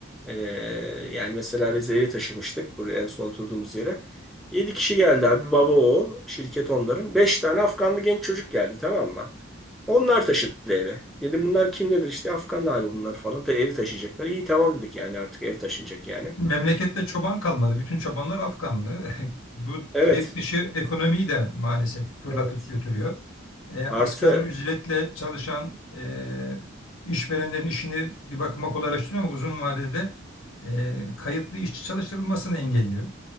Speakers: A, in the centre; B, on the left.
A: E, yani mesela biz evi taşımıştık buraya en son oturduğumuz yere. yedi kişi geldi abi baba oğul şirket onların. beş tane Afganlı genç çocuk geldi tamam mı? Onlar taşıdı eve. Dedim bunlar kim nedir işte Afganlı abi bunlar falan. Tabii evi taşıyacaklar. İyi tamam dedik yani artık ev taşınacak yani.
B: Memlekette çoban kalmadı. Bütün çobanlar Afganlı. <laughs> Bu
A: Evet.
B: kayıt dışı ekonomiyi de maalesef fırlatıp
A: Evet.
B: götürüyor. E, asgari
A: Artı
B: ücretle çalışan e, işverenlerin işini bir bakıma kolaylaştırıyor ama uzun vadede e, kayıtlı işçi çalıştırılmasını engelliyor.